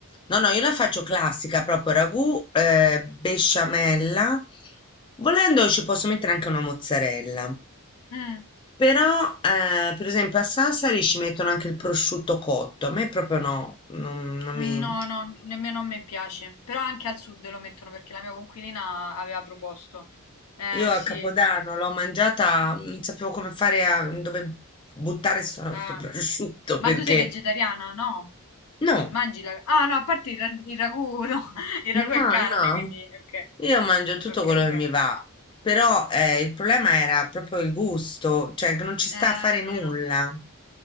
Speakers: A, on the left (about 20°); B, on the left (about 85°).
A: no, no, io la faccio classica, proprio ragù, eh, besciamella. Volendo ci posso mettere anche una mozzarella.
B: Mm.
A: Però, eh, per esempio, a Sassari ci mettono anche il prosciutto cotto. A me proprio no, non, non mi...
B: Mm, No, no, nemmeno a me piace, però anche al sud lo mettono perché la mia conquilina aveva proposto. Eh,
A: Io
B: sì.
A: a Capodanno l'ho mangiata, non sapevo come fare a dove buttare sto,
B: Ah.
A: sto prosciutto perché...
B: Ma tu sei vegetariana? No.
A: No.
B: Mangi la... Ah, no, a parte il, ra- il ragù, no. <laughs> Il ragù
A: No,
B: è carne,
A: no,
B: quindi... Ok,
A: io mangio tutto
B: ok,
A: quello
B: ok.
A: che mi va, però eh, il problema era proprio il gusto, cioè che non ci sta
B: Eh,
A: a fare
B: è
A: nulla.
B: vero.